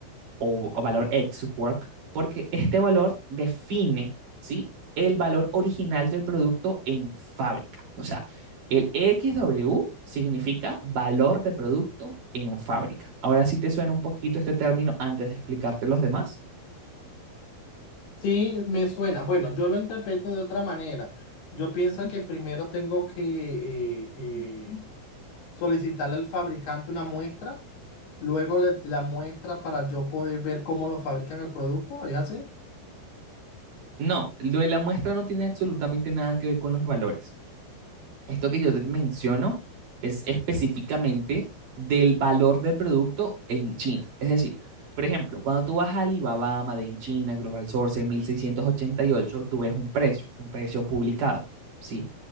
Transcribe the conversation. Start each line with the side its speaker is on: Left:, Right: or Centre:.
Right: o, o valor ex work, porque este valor define, ¿sí? El valor original del producto en fábrica. O sea, el XW significa valor de producto en fábrica. Ahora sí te suena un poquito este término antes de explicarte los demás.
Left: Sí, me suena. Bueno, yo lo interpreto de otra manera. Yo pienso que primero tengo que eh, eh, solicitarle al fabricante una muestra, luego le- la muestra para yo poder ver cómo lo fabrican el producto, ¿es así?
Right: No, lo de la muestra no tiene absolutamente nada que ver con los valores. Esto que yo te menciono es específicamente del valor del producto en China. Es decir, por ejemplo, cuando tú vas a Alibaba, Made in China, Global Source, 1688, tú ves un precio, un precio publicado, ¿sí?